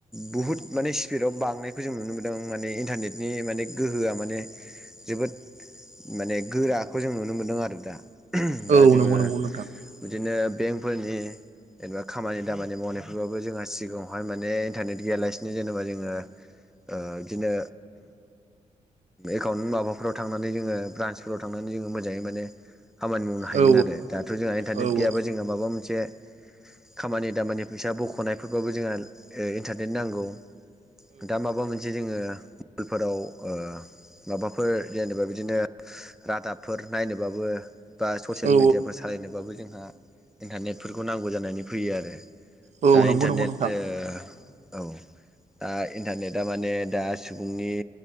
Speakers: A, in the centre; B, on the right.
A: बुहुद माने स्पिडाव बांनायखौ जों नु नुनो मोनदों माने इन्टारनेटनि माने गोहोआ माने जोबोद माने गोराखौ जों नुनो मोनदों आरो दा दा
B: औ
A: जोङो
B: नंगौ नंगौ नोंथां
A: बिदिनो बेंकफोरनि जेनेबा खामानि दामानि मावनायफोर आवबो जोंहा सिगाङावहाय माने इन्टारनेट गैयालासिनो जेनेबा जोङो ओ बिदिनो एकाउन्ट माबाफोराव थांनानै जोङो ब्रान्सफोराव थांनानै जोङो मोजाङै माने खामानि मावनो हायोमोन
B: औ
A: आरो दाथ' जोंहा इन्टारनेट
B: औ औ
A: गैयाबा जोंहा माबा मोनसे खामानि दामानि फैसा बख'नायफोरबाबो जोंहा इन्टारनेट नांगौ। दा माबा मोनसे जोङो फोराव ओ माबाफोर जेनेबा बिदिनो रादाबफोर नायनोबाबो बा ससियेल
B: औ
A: मिडियाफोर सालायनोबाबो जोंहा इन्टारनेटफोरखौ नांगौ जानानै फैयो आरो।
B: औ
A: दा
B: नंगौ
A: इन्टारनेट
B: नंगौ नोंथां
A: ओ औ। दा इन्टारनेटआ माने दा सुबुंनि